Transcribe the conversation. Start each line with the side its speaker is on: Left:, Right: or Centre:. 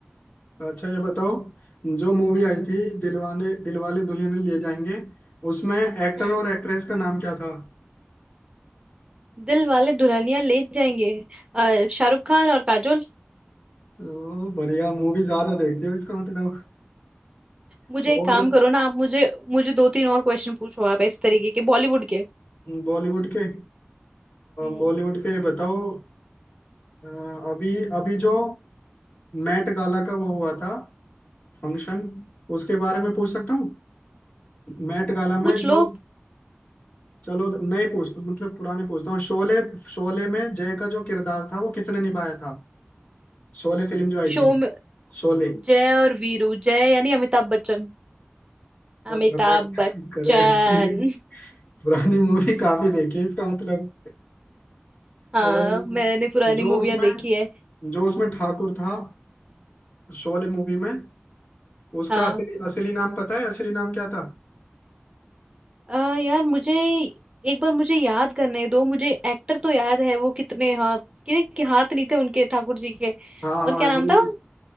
Left: अच्छा ये बताओ जो मूवी आई थी दिलवाने दिलवाले दुल्हनिया ले जाएंगे उसमें एक्टर
Right: हम्म
Left: और एक्ट्रेस का नाम क्या था
Right: दिल वाले दुल्हनिया ले जाएंगे अ, शाहरुख खान और काजोल
Left: ओ बढ़िया मूवी ज्यादा देखते हो इसका मतलब
Right: मुझे
Left: और
Right: एक काम करो ना आप मुझे मुझे दो तीन और क्वेश्चन पूछो आप इस तरीके के बॉलीवुड के
Left: बॉलीवुड के
Right: हम्म
Left: बॉलीवुड के बताओ अ, अभी अभी जो मैट गाला का वो हुआ था फंक्शन उसके बारे में पूछ सकता हूँ मैट गाला
Right: पूछ
Left: में जो
Right: लो
Left: चलो नए पूछता हूँ मतलब पुराने पूछता हूँ शोले शोले में जय का जो किरदार था वो किसने निभाया था शोले फिल्म जो आई
Right: शो
Left: थी
Right: में
Left: शोले
Right: जय और वीरू जय यानी अमिताभ बच्चन अमिताभ
Left: करेक्ट
Right: बच्चन
Left: करेक्ट <laughs> पुरानी मूवी काफी देखी है इसका मतलब
Right: <laughs> हाँ
Left: और
Right: मैंने पुरानी
Left: जो
Right: मूवियां
Left: उसमें
Right: देखी है
Left: जो उसमें ठाकुर था शोले मूवी में उसका
Right: हाँ
Left: असली असली नाम पता है असली नाम क्या था
Right: आ, यार मुझे एक बार मुझे याद करने दो मुझे एक्टर तो याद है वो कितने हाथ कितने के हाथ नहीं थे उनके ठाकुर जी के
Left: हाँ हाँ
Right: और क्या नाम
Left: ये
Right: था